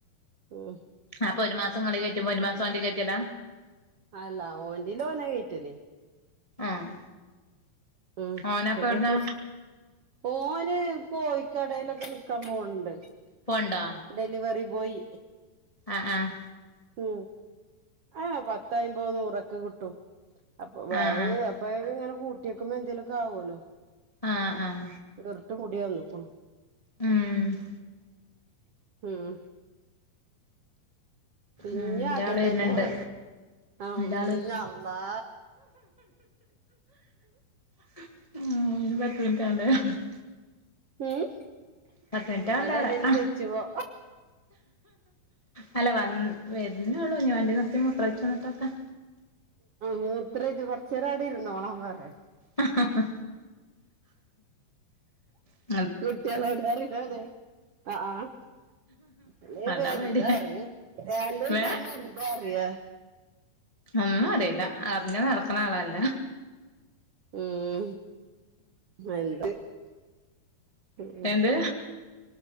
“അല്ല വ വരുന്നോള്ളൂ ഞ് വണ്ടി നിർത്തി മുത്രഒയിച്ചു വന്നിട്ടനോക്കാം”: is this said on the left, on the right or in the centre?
Left